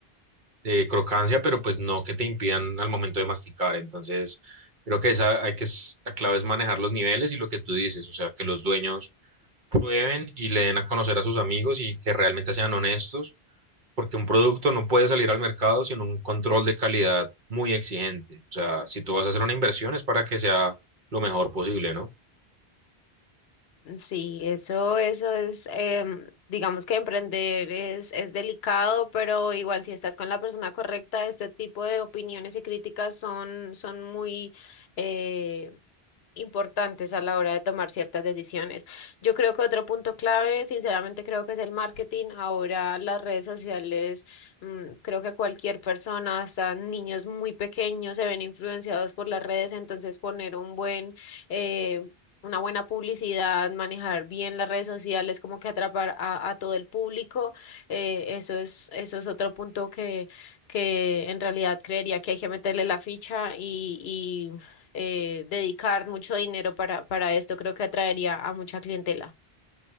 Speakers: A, on the right; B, on the left.
A: de crocancia, pero pues no que te impidan al momento de masticar. Entonces, creo que esa hay que, s- la clave es manejar los niveles y lo que tú dices, o sea, que los dueños prueben y le den a conocer a sus amigos y que realmente sean honestos, porque un producto no puede salir al mercado sin un control de calidad muy exigente. O sea, si tú vas a hacer una inversión es para que sea lo mejor posible, ¿no?
B: Sí, eso, eso es, em, digamos que emprender es, es delicado, pero igual si estás con la persona correcta, este tipo de opiniones y críticas son, son muy, eh, importantes a la hora de tomar ciertas decisiones. Yo creo que otro punto clave, sinceramente creo que es el marketing. Ahora las redes sociales, mm, creo que cualquier persona, hasta niños muy pequeños, se ven influenciados por las redes, entonces poner un buen... eh, una buena publicidad, manejar bien las redes sociales, como que atrapar a, a todo el público, eh, eso es, eso es otro punto que, que en realidad creería que hay que meterle la ficha y, eh, dedicar mucho dinero para, para esto, creo que atraería a mucha clientela.